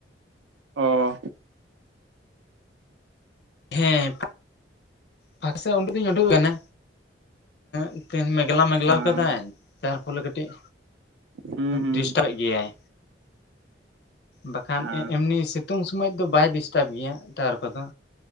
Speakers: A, on the right (about 85°); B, on the left (about 60°).
A: ᱚᱻ᱾
B: ᱦᱮᱸᱻ᱾ ᱯᱷᱟᱸᱠ ᱥᱮᱫ ᱚᱱᱰᱩ ᱫᱩᱧ ᱩᱱᱰᱩ ᱠᱟᱱᱟ᱾ ᱮᱸᱜ ᱛᱮᱦᱮᱧ ᱢᱮᱜᱽᱞᱟ ᱢᱮᱜᱽᱞᱟᱣ
A: ᱦᱮᱸ
B: ᱠᱟᱫᱟᱭ ᱡᱟᱨᱯᱷᱚᱞᱮ ᱠᱟᱹᱴᱤᱡ
A: ᱦᱩᱸ ᱦᱩᱸ
B: ᱰᱤᱥᱴᱟᱵᱮᱜ ᱜᱤ᱾ ᱜᱮᱭᱟᱭ, ᱵᱟᱠᱷᱟᱱ
A: ᱦᱮᱸ
B: ᱮᱸ ᱮᱢᱱᱤ ᱥᱤᱛᱩᱝ ᱥᱚᱢᱚᱭ ᱫᱚ ᱵᱟᱭ ᱰᱤᱥᱴᱟᱵᱽ ᱜᱮᱭᱟ ᱴᱟᱣᱟᱨ ᱠᱚᱫᱚ᱾